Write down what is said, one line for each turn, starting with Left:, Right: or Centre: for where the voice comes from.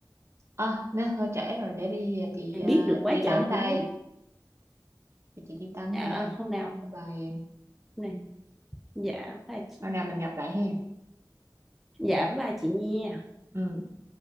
Right: à, nó hơi trễ rồi để đi ờ, chị ờ,
Centre: biết được quá
Right: chị đi
Centre: trời
Right: tắm đây
Centre: chứ
Right: Để chị đi tắm
Centre: dạ
Right: nha
Centre: hôm nào
Right: bye bye em
Centre: hôm nào dạ ba chị
Right: hôm nào mình gặp lại hen
Centre: dạ với ba chị nha
Right: ừ